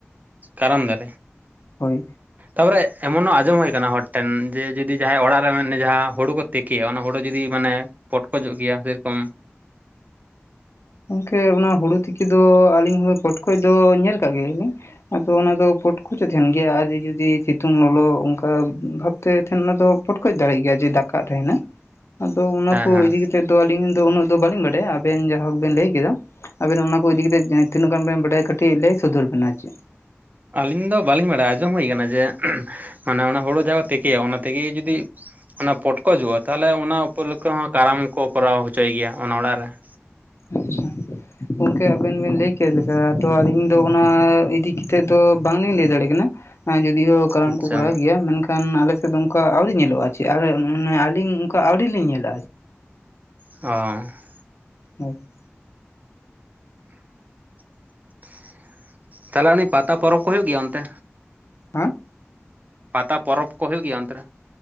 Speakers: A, on the right; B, on the left.
A: ᱠᱟᱨᱟᱢ ᱫᱟᱨᱮ
B: ᱦᱳᱭ
A: ᱛᱟᱯᱚᱨᱮ ᱮᱢᱚᱱᱚ ᱟᱸᱡᱚᱢ ᱦᱩᱭ ᱠᱟᱱᱟ ᱦᱚᱴ ᱴᱮᱱ ᱡᱮ ᱡᱩᱫᱤ ᱡᱟᱦᱟᱸᱭ ᱚᱲᱟᱜ ᱨᱮ ᱢᱮᱱ ᱩᱱᱤ ᱡᱟᱦᱟᱸ ᱦᱳᱲᱳ ᱠᱚ ᱛᱤᱠᱤᱭᱟ ᱚᱱᱟ ᱦᱳᱲᱳ ᱡᱩᱫᱤ ᱢᱟᱱᱮ ᱯᱚᱴᱠᱚᱡᱚᱜ ᱜᱮᱭᱟ ᱥᱮᱨᱚᱠᱚᱢ ᱾
B: ᱜᱚᱝᱠᱮ ᱚᱱᱟ ᱦᱩᱲᱩ ᱛᱤᱠᱤ ᱫᱚ ᱟᱹᱞᱤᱧ ᱦᱚᱸ ᱯᱚᱴᱠᱚᱡ ᱫᱚ ᱧᱮᱞ ᱟᱠᱟᱜ ᱜᱮᱭᱟ ᱞᱤᱧ ᱾ ᱟᱫᱚ ᱚᱱᱟ ᱫᱚ ᱯᱚᱴᱠᱚᱪᱚᱜ ᱛᱟᱦᱮᱱ ᱜᱮᱭᱟ ᱾ ᱟᱨ ᱡᱩᱫᱤ ᱥᱤᱛᱩᱝ ᱞᱚᱞᱚ ᱚᱝᱠᱟ ᱵᱷᱟᱵ ᱛᱮ ᱛᱟᱦᱮᱱ ᱚᱱᱟ ᱫᱚ ᱯᱚᱴᱠᱚᱡ ᱫᱟᱲᱮᱜ ᱜᱮᱭᱟᱜ ᱡᱮ ᱫᱟᱠᱟ ᱛᱟᱦᱮᱱᱟ᱾ ᱟᱫᱚ ᱚᱱᱟ
A: ᱦᱮᱸ
B: ᱠᱚ
A: ᱦᱮᱸ
B: ᱤᱫᱤ ᱠᱟᱛᱮᱜ ᱫᱚ ᱟᱹᱞᱤᱧ ᱫᱚ ᱩᱱᱟᱹᱜ ᱫᱚ ᱵᱟᱹᱞᱤᱧ ᱵᱟᱰᱟᱭᱟ ᱾ ᱟᱵᱮᱱ ᱡᱟᱦᱟᱸ ᱵᱮᱱ ᱞᱟᱹᱭ ᱠᱮᱫᱟ, ᱟᱵᱮᱱ ᱚᱱᱟ ᱠᱚ ᱤᱫᱤ ᱠᱟᱛᱮ ᱡᱟᱦᱟᱸ ᱛᱤᱱᱟᱹᱜ ᱜᱟᱱ ᱵᱮᱱ ᱵᱟᱰᱟᱭᱟ ᱠᱟᱹᱴᱤᱡ ᱞᱟᱹᱭ ᱥᱚᱫᱚᱨ ᱵᱮᱱ ᱟᱨ ᱪᱮᱫ ᱾
A: ᱟᱹᱞᱤᱧ ᱫᱚ ᱵᱟᱹᱞᱤᱧ ᱵᱟᱲᱟᱭᱟ ᱟᱸᱡᱚᱢ ᱦᱩᱭ ᱠᱟᱱᱟ ᱡᱮ, ᱢᱟᱱᱮ ᱚᱱᱟ ᱦᱩᱲᱩ ᱡᱟᱦᱟᱸ ᱠᱚ ᱛᱤᱠᱤᱭᱟ ᱚᱱᱟ ᱛᱮᱜᱤ ᱡᱩᱫᱤ ᱚᱱᱟ ᱯᱚᱴᱠᱚᱡᱚᱜ-ᱟ ᱛᱟᱦᱞᱮ ᱚᱱᱟ ᱩᱯᱳᱞᱚᱠᱷᱮ ᱦᱚᱸ ᱠᱟᱨᱟᱢ ᱠᱚ ᱠᱚᱨᱟᱣ ᱦᱚᱪᱚᱭ ᱜᱮᱭᱟ ᱚᱱᱟ ᱚᱲᱟᱜ ᱨᱮ ᱾
B: ᱟᱪᱪᱷᱟ ᱾ ᱜᱚᱝᱠᱮ ᱟᱵᱮᱱ ᱵᱮᱱ ᱞᱟᱹᱭ ᱠᱮᱜ ᱞᱮᱠᱟ, ᱛᱚ ᱟᱞᱤᱧ ᱫᱚ ᱚᱱᱟ ᱤᱫᱤ ᱠᱟᱛᱮᱫ ᱫᱚ ᱵᱟᱝ ᱞᱤᱧ ᱞᱟᱹᱭ ᱫᱟᱲᱮᱭᱟᱜ ᱠᱟᱱᱟ᱾ ᱦᱮᱸ ᱡᱩᱫᱤᱭᱳ ᱠᱟᱨᱟᱢ
A: ᱟᱪᱪᱷᱟ
B: ᱠᱚ ᱠᱚᱨᱟᱣ ᱜᱮᱭᱟ ᱢᱮᱱ ᱠᱟᱜ ᱠᱷᱟᱸᱱ ᱟᱞᱮ ᱥᱮᱫ ᱫᱚ ᱚᱱᱠᱟ ᱟᱹᱣᱨᱤ ᱧᱮᱞᱚᱜ-ᱟ ᱪᱮ ᱟᱨ ᱚᱱᱠᱟ ᱟᱹᱞᱤᱧ ᱚᱝᱠᱟ ᱟᱹᱣᱨᱤ ᱞᱤᱧ ᱧᱮᱞᱟ᱾
A: <unintelligible>
B: ᱦᱳᱭ ᱾ <inaudible>
A: <inaudible> ᱛᱟᱞᱦᱮ ᱩᱱᱤ ᱯᱟᱛᱟ ᱯᱚᱨᱚᱵᱽ ᱠᱚ ᱦᱩᱭᱩᱜ ᱜᱮᱭᱟ ᱚᱱᱛᱮ?
B: ᱦᱟᱸ
A: ᱯᱟᱛᱟ ᱯᱚᱨᱚᱵᱽ ᱠᱚ ᱦᱩᱭᱩᱜ ᱜᱮᱭᱟ ᱚᱱᱛᱮ ᱨᱮ?